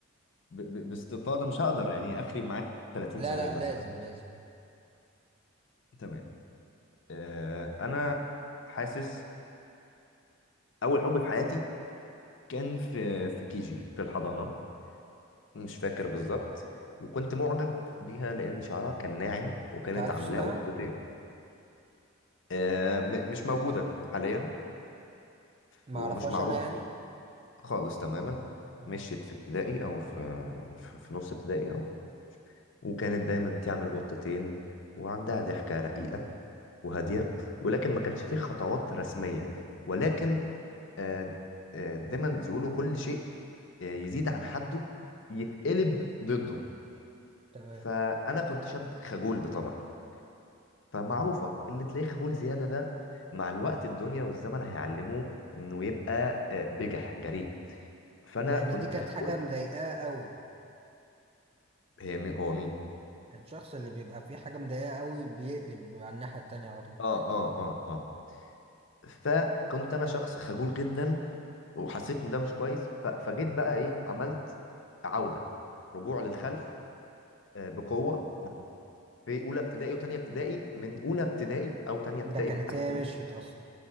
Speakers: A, on the left (about 60°); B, on the right (about 25°).
A: ب... ب... باستفاضة مش هقدر يعني اخري معاك 30
B: لا
A: ثانية
B: لا
A: مثلا
B: لازم لازم
A: تمام آه انا حاسس اول حب في حياتي كان في في كيجي في الحضانة مش فاكر بالظبط وكنت معجب بيها لأن شعرها كان ناعم وكانت
B: أنت عارف
A: عاملاه
B: اسمها؟
A: قطتين آه، م- مش موجودة حاليا
B: معرفهاش
A: ومش معروفة
B: أنا يعني
A: خالص تماما
B: ماشي
A: مشيت في ابتدائي أو في في في نص ابتدائي أهو وكانت دايما تعمل قطتين وعندها ضحكة رقيقة وهادية ولكن ما كانش فيه خطوات رسمية ولكن آه، آه، دايما يقولوا كل شيء آه، يزيد عن حده يتقلب ضده
B: تمام
A: فأنا كنت شاب خجول بطبعي فمعروفة اللي تلاقيه خجول زيادة ده مع الوقت الدنيا والزمن هيعلموه انه يبقى آه، بجح جريء فانا
B: لأن
A: كنت
B: دي كانت
A: خجول
B: حاجة مضايقاه أوي
A: هي مي... هو مين
B: الشخص اللي بيبقى فيه حاجة مضايقاه أوي بيقلب على الناحية التانية على طول
A: اه اه اه اه فكنت انا شخص خجول جدا وحسيت ان ده مش كويس ف... فجيت بقى ايه عملت عودة رجوع للخلف آه، بقوة في اولى ابتدائي وتانية ابتدائي من اولى ابتدائي او تانية ابتدائي
B: ده كانت
A: بالتحديد
B: هي مشيت أصلا